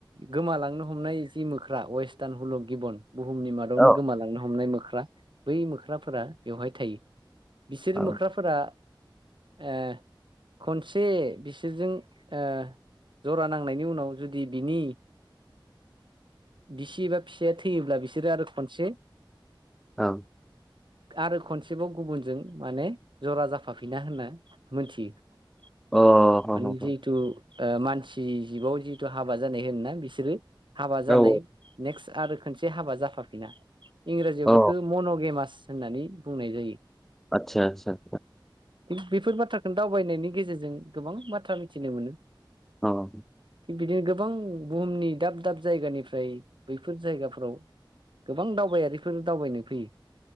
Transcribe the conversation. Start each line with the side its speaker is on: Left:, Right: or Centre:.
Right: गोमालांनो हमनाय जि मोख्रा वेस्टार्न हुलुक गिबन बुहुमनि माद बेयावनो
Centre: औ
Right: गोमालांनो हमनाय मोख्रा बै मोख्राफोरा बेवहाय थायो बिसोर
Centre: औ
Right: मोख्राफोरा ओ खनसे बिसोरजों ओ जरा नांनायनि उनाव जुदि बिनि बिसि एबा फिसाया थैयोब्ला बिसोरो आरो खनसे
Centre: औ
Right: आरो खनसेबाव गुबुनजों माने जरा जाफाफिना होनना मोनथियो।
Centre: अ ह
Right: माने
Centre: ह
Right: जिहथु ओ मानसि जिबआव जिहेतु हाबा जानाय होनोना बिसोरो हाबा जानाय
Centre: ह औ
Right: नेक्स्ट आरो खनसे हाबा जाफाफिना इंराजियाव
Centre: औ
Right: बेखौ मन'गेमास होननानै बुंनाय जायो।
Centre: आदसा-आदसा
Right: बेफोर बाथ्राखौनो दावबायनायनि गेजेरजों गोबां बाथ्रा मिथिनो मोनो।
Centre: औ
Right: थिग बिदिनो गोबां बुहुमनि दाब दाब जायगानिफ्राय बैफोर जायगाफोराव गोबां दावबायारिफोर दावबायनो फैयो